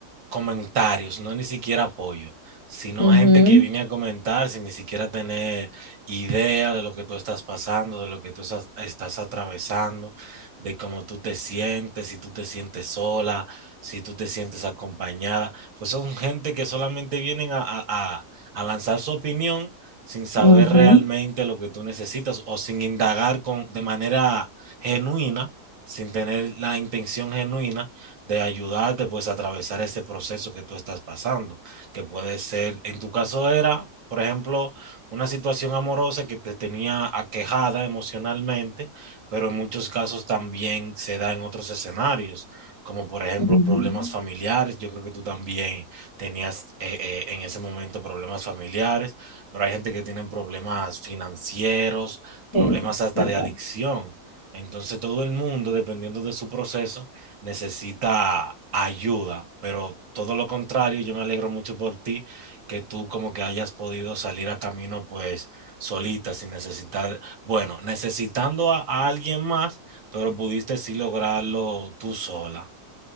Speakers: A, on the right (about 60°); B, on the left (about 30°).
A: comentarios, no ni siquiera apoyo, sino
B: Ujú,
A: gente que viene a comentar sin ni siquiera tener idea de lo que tú estás pasando, de lo que tú estás, estás atravesando, de cómo tú te sientes, si tú te sientes sola, si tú te sientes acompañada. Pues son gente que solamente vienen a, a a- a lanzar su opinión sin saber
B: Ujú.
A: realmente lo que tú necesitas o sin indagar con, de manera genuina, sin tener la intención genuina de ayudarte pues a atravesar ese proceso que tú estás pasando, que puede ser, en tu caso era, por ejemplo, una situación amorosa que te tenía aquejada emocionalmente, pero en muchos casos también se da en otros escenarios. como por ejemplo
B: ujú.
A: problemas familiares, yo creo que tú también tenías eh, eh, en ese momento problemas familiares, pero hay gente que tiene problemas financieros, problemas
B: Es
A: hasta
B: verdad.
A: de adicción. Entonces todo el mundo, dependiendo de su proceso, necesita ayuda, pero todo lo contrario, yo me alegro mucho por ti, que tú como que hayas podido salir a camino pues solita, sin necesitar, bueno, necesitando a, a alguien más, pero pudiste sí lograrlo tú sola.